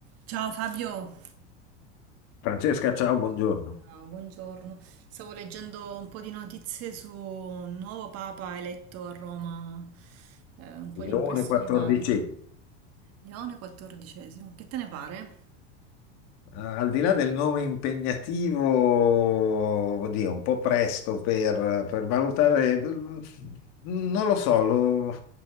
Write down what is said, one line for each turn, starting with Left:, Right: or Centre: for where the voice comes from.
Right: Ciao Fabio,
Left: Francesca, ciao, buongiorno.
Right: Ah, buongiorno. Stavo leggendo un po' di notizie su un nuovo papa eletto a Roma, eh, un po'
Left: Leone
Right: di impressioni
Left: 14
Right: varie. Leone XIV, che te ne pare?
Left: al di là del nome impegnativo, oddio, un po' presto per, per valutare, mm, non lo so, lo-